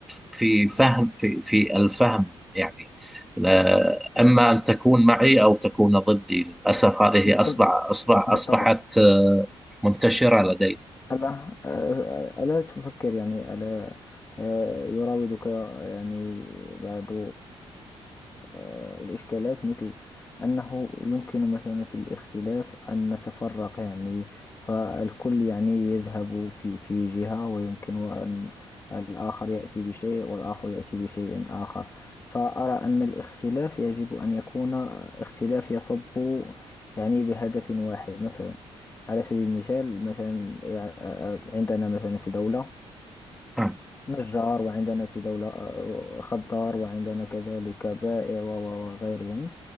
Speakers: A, in the centre; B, on the left.
A: في فهم في في الفهم يعني لا- إما أن تكون معي أو تكون ضدي للأسف هذه
B: لكن
A: أصبح أصبح
B: بالطبع
A: أصبحت آه، منتشرة لدينا
B: ألا آه، ألا تفكر يعني ألا آه، يراودك يعني بعض آه، الإشكالات مثل أنه يمكن مثلا في الاختلاف أن نتفرق يعني فالكل يعني يذهب في في جهة ويمكن أن الآخر يأتي بشيء والآخر يأتي بشيء آخر فأرى أن الاختلاف يجب أن يكون اختلاف يصب يعني بهدف واحد مثلا على سبيل المثال مثلا يع- آه، عندنا مثلا في دولة
A: نعم
B: نجار وعندنا في دولة آه، خضار وعندنا كذلك بائع و- و- وغيرهم